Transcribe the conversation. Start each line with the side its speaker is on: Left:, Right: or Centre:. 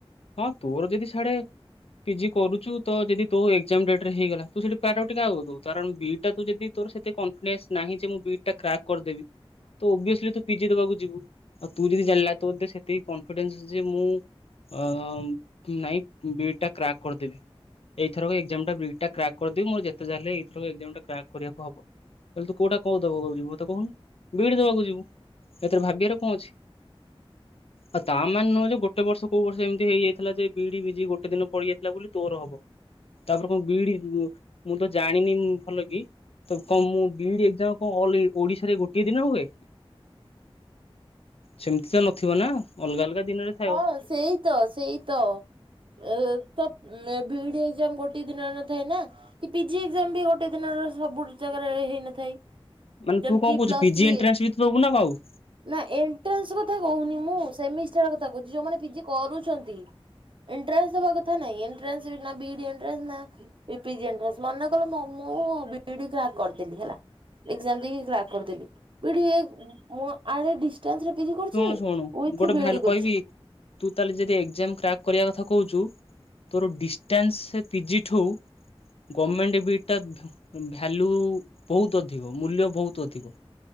Left: ହଁ ତୋର ଯଦି ସିଆଡ଼େ ପିଜି କରୁଛୁ ତ ଯଦି ତୋ ଏଗ୍ଜାମ ଡେଟ୍ ରେ ହେଇଗଲା ତୁ ସେଠି ପ୍ରାରରୁଟି କାକୁ ଦେବୁ କାରଣ ବିଟ୍ ଯଦି ତୋର ସେତେ କନିନ୍ସ ନାହିଁ ଯେ ମୁଁ ବିଇଡି ଟ ର୍କକ୍ କରିଦବି ତ ଓଭିଅସଲି ତୁ ପିଜି ଦେବାକୁ ଯିବୁ ଆଉ ତୁ ଯଦି ଜାଲା ତ ବୋଧେ ସେତିକି କନଫିଡେନ୍ସ ଅଛି ଯେ ମୁଁ ଅ ନାଇଁ ବିଡ୍ ଟା କ୍ରାକ୍ କରିଦେବି ଏଇଥରକ ଏଜାମ ଟା ଏ କ୍ରାକ୍ କରିଦେବି ମୋର ଯେତେ ଯାଲେ ଏଇଥରକ ଏଗ୍ଜାମ୍ କ୍ରାକ୍ କରିବାକୁ ହବ କହଲେ ତୁ କୋଉଟା କଣ ଦବ କହୁଛୁ ମତେ କହୁନ ବିଇଡ଼ି ଦବାକୁ ଯିବୁ ଏଥିରେ ଭାବିବାର କଣ ଅଛି ଆଉ ତା ମାନେ ନୁହଁ ଯେ ଗୋଟେ ବର୍ଷ କୋଉ ବର୍ଷ ଏମିତି ହେଇଯାଇଥିଲା ଯେ ବିଡି ପିଜି ଗୋଟେ ଦିନ ପଡିଯାଇଥିଲା ବୋଲି ତୋର ହବ ତାପରେ କଣ ବିଇଡି ମୁଁ ତ ଜାଣିନି ଭଲ କି ତ କଣ ମୁ ବିଇଡ଼ି ଏ ଗ୍ଜାମ୍ ଓଡିଶାରେ ଗୋଟଏ ଦିନ ହୁଏ ସେମିତି ତ ନଥିବ ନା ଅଲଗା ଅଲଗା ଦିନରେ ଥାଏ
Right: ହଁ ସେଇ ତ ସେଇ ତ ଏ ତ ବିଇଡି ଏଗ୍ଜାମ ଗୋଟେ ଦିନରେ ନଥାଏ ନା କି ପିଜି ଏ ଗ୍ଜାମ ବି ଗୋଟେ ଦିନର ସବୁ ଜାଗାରେ ହେଇନଥାଏ
Left: ମାନେ
Right: ଯେମିତି
Left: ତୁ କଣ କହୁଚୁ
Right: ପ୍ଲସ
Left: ପିଜି
Right: ଥ୍ରୀ
Left: ଏଣ୍ଟ୍ରାନ୍ସ ବି ଦେବୁ ନା କଉ
Right: ନା ଏଣ୍ଟ୍ରାନ୍ସ କଥା କହୁନି ମୁଁ ସେମିଷ୍ଟାର କଥା କହୁଛି ଯୋଉମାନେ ପିଜି କରୁଛନ୍ତି ଏଣ୍ଟ୍ରାସ ଦବା କଥା ନାଇଁ ଏଣ୍ଟ୍ରାସ ବିଇଡି ଏଣ୍ଟ୍ରାସ ନା ପିଜି ଏନ୍ତ୍ଟ୍ରାନ୍ସ ମନେ କଲେ ମୁଁ ବିଇଡ଼ି କ୍ରାକ୍ କରିଦେଲି ହେଲା ଏଗ୍ଜାମ ଦେଇକି କ୍ରାକ୍ କରିଦେଲି ବିଇଡି ଏ ମୁଁ ଆଡ଼େ ଡ଼ିସ୍ ଡିସ୍‌ପ୍ଟାନ୍ସ ରେ ପିଜି କରୁଚି
Left: ଶୁଣୁ ଶୁଣୁ
Right: ଉଇଥି
Left: ଗୋଟେ ଭାଇଲ
Right: ବିଇଡ଼ି
Left: ତୁ ତାହଲେ ଯଦି ଏଗ୍ଜାମ କ୍ରାକ୍ କରିବା କଥା କହୁଛୁ ତୋର ଡିଷ୍ଟାନ୍ସ ରେ ପିଜିଠୁ ଗମେଣ୍ଟ ବି ସେଟା ଭ୍ୟାଲ୍ୟୁ ବହୁତ ଅଧିକ ମୂଲ୍ୟ ବହୁତ ଅଧିକ